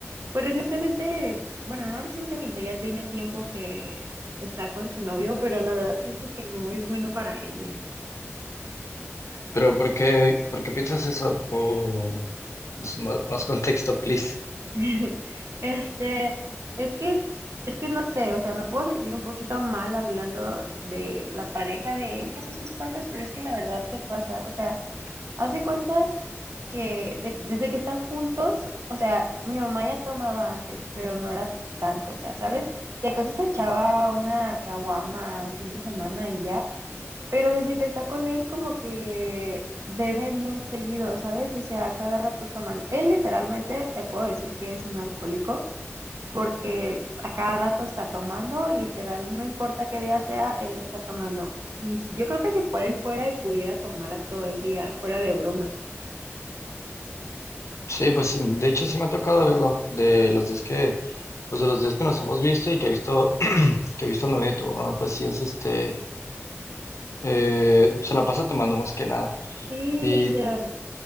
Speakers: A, on the right (about 70°); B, on the left (about 80°).
A: pues recientemente, bueno, no recientemente, ya tiene tiempo que está con su novio, pero la verdad siento que no es bueno para ella.
B: ¿Pero por qué, por qué piensas eso? O, pues, más, más contexto, please.
A: <laughs> Este, es que, es que no sé, o sea, me puedo sentir un poquito mal hablando de la pareja de ella a sus espaldas, pero es que la verdad se pasa, o sea, haz de cuenta que de- desde que están juntos, o sea, mi mamá ya tomaba antes, pero no era tanto, o sea, ¿sabes? Si acaso se echaba una caguama un fin de semana y ya, pero desde que está con él como que bebe bien seguido, ¿sabes? O sea, cada rato toman, él literalmente te puedo decir que es un alcohólico porque a cada rato está tomando, literal, no importa qué día sea, él está tomando. Y si, yo creo que si por él fuera y pudiera tomar a todo el día, fuera de broma.
B: Sí, pues de hecho sí me ha tocado verlo, de los días que, pues de los días que nos hemos visto y que he visto, <clears throat> que he visto el novio de tu mamá, pues sí es este, eh, se la pasa tomando más que nada.
A: Sí,
B: Y
A: o sea,